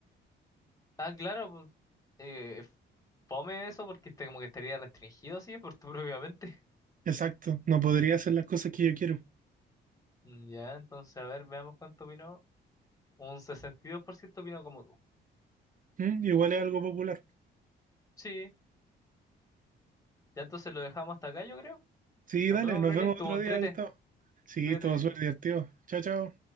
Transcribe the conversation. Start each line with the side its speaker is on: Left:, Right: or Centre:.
Left: Ah, claro, pues, eh, fome eso porque este como que estaría restringido así por tu propia mente.
Right: Exacto, no podría hacer las cosas que yo quiero.
Left: Mm, Ya, entonces, a ver, veamos cuánto opinó. Un 62% opinó como tú.
Right: Mm, Igual es algo popular.
Left: Sí, ya entonces lo dejamos hasta acá, yo creo.
Right: Sí,
Left: Nos
Right: dale,
Left: vemos,
Right: nos
Left: Bruni.
Right: vemos
Left: Estuvo
Right: otro
Left: entrete.
Right: día, Gustavo. Sí,
Left: Cuídate.
Right: todo suerte, tío. Chao, chao.